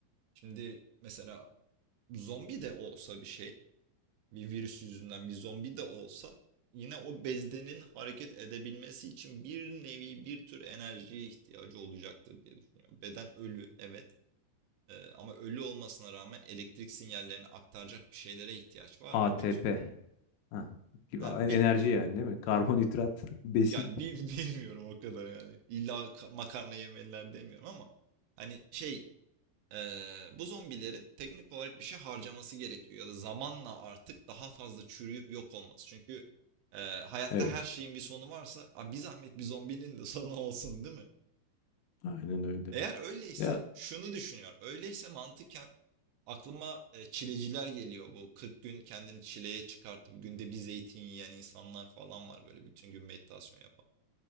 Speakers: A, on the right; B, on the left.
A: şimdi mesela zombi de olsa bir şey. bir virüs yüzünden bir zombi de olsa yine o bezdenin hareket edebilmesi için bir nevi bir tür enerjiye ihtiyacı olacaktır diye düşünüyorum. Beden ölü evet Ee, ama ölü olmasına rağmen elektrik sinyallerini aktaracak bir şeylere ihtiyaç var
B: ATP.
A: ve bir tür
B: Ha, gibi
A: ha, bir
B: enerji yani değil mi? Karbonhidrat, <laughs> besin.
A: yani <laughs> bil- bilmiyorum o kadar yani illa makarna yemeliler demiyorum ama hani şey Ee, bu zombilerin teknik olarak bir şey harcaması gerekiyor ya da zamanla artık daha fazla çürüyüp yok olması. Çünkü e, hayatta
B: Evet,
A: her şeyin bir sonu varsa "Aa, bir zahmet bir zombinin de <laughs> sonu olsun değil mi?
B: aynen öyle.
A: Eğer öyleyse
B: Ya
A: şunu düşünüyorum. Öyleyse mantıken aklıma e, çileciler geliyor. Bu 40 gün kendini çileye çıkartıp günde bir zeytin yiyen insanlar falan var böyle bütün gün meditasyon yapan.